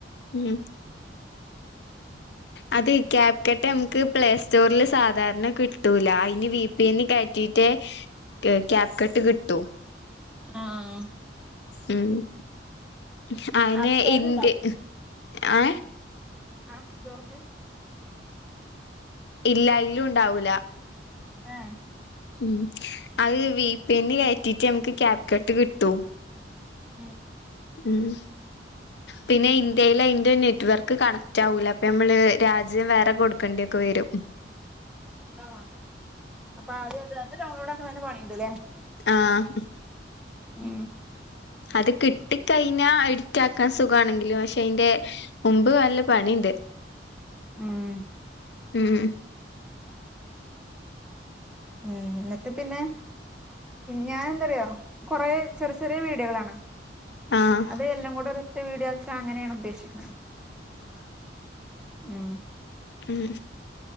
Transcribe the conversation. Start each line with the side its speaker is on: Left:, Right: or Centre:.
Left: ഉം അത് ക്യാപ്കട്ട്. മുക്ക് പ്ലേ സ്റ്റോറിൽ സാധാരണ കിട്ടൂല അയിന് വിപി. എന്ന് കയറ്റിറ്റെ കെ. ക്യാപ്. കട്ട് കിട്ടു
Centre: ആഹആ
Left: മ്മ്.. ഹ്. അയിനെ
Centre: ആപ്പ് സ്റ്റോറിൽ
Left: ഇന്തി ഹ്. ആഹേ
Centre: ആ. സ്റ്റോർല്
Left: ഇല്ല അയിലു. ഉണ്ടാവൂല
Centre: ആ, ഹേ
Left: ഉം അഹ്. വിപി. ന്. കെറ്റിട്ട്. നമക്ക് ക്യാപ് കട്ട് കിട്ടൂ
Centre: ഉം
Left: മ്മ്. പിന്നെ. ഇന്ത്യയിലെ. അയ് ന്റെ നെറ്റ് വർക്ക്. കണക്റ്റാവൂല അപ്പനമ്മ്ള് രാജ്യം വേറെ കൊടുക്കണ്ടിയൊക്കെ വെരും
Centre: ആ, അപ്പാദ്യത്. അത് ഡൗൺലോഡാക്കാൻന്നല്ല പണിണ്ട്ലേ
Left: ആഹ
Centre: ഉം
Left: അത് കിട്ടി കയ്ഞ്ഞാ എഡിറ്റാക്കാസുഗാണെങ്കില് പഷേ അയ്ന്റെ മുമ്പ് വല്ല പണിണ്ട്
Centre: ഉം
Left: മ്മ്
Centre: മ്മ്ന്ന് ട്ട് പിന്നെ ഞാഎന്തറിയോ കൊറേ ചെറി ചെറിയ വീഡിയൊകളാണോ
Left: ആഹ്
Centre: അത് എല്ലാംകൂടെ. ഒരൊറ്റ വീഡിയോ ക്ക അങ്ങനെണ് ഉദ്ദേശിക്ക്‌ണ്. മ്മ്
Left: ഹ്ഹ